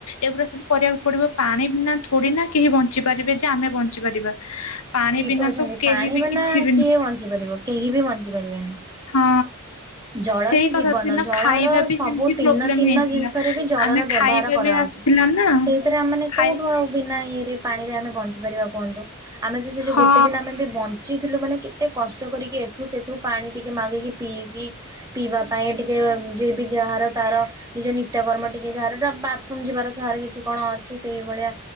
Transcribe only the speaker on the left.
ଏଗୁଡା ସବୁ କରିବାକୁ ପଡିବ। ପାଣି ବିନା ଥୋଡି ନା କେହି ବଞ୍ଚି ପାରିବେ ଯେ ଆମେ ବଞ୍ଚି ପାରିବା। ପାଣି
ବିନା
ତ କେହି
ବି
କିଛି ବି
ହଁ
ସେଇ
କଥା
ଦିନ
ଖାଇବା ବି
ସେମିତି
ପ୍ରୋବ୍ଲେମ
ହେଇଥିଲା।
ଆମେ
ଖାଇବା
ବି ଆସିଥିଲା ନା
ଖାଇ
ହଁ